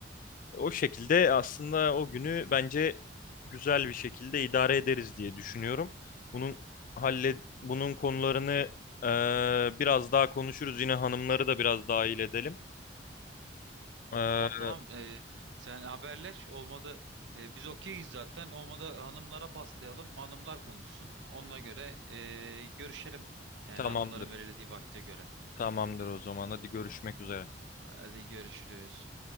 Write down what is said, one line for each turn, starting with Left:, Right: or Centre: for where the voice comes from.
Left: O şekilde aslında o günü bence güzel bir şekilde idare ederiz diye düşünüyorum. Bunun halle bunun konularını eee, biraz daha konuşuruz. Yine hanımları da biraz dahil edelim. Eee,
Right: Tamam tamam e, sen haberleş olmadı e, biz okeyiz zaten olmadı hanımlara paslayalım hanımlar konuşsun onunla göre e, görüşelim. Yani
Left: tamamdır.
Right: hanımların belirlediği vakte göre.
Left: Tamamdır o zaman. Hadi görüşmek üzere.
Right: Hadi görüşürüz.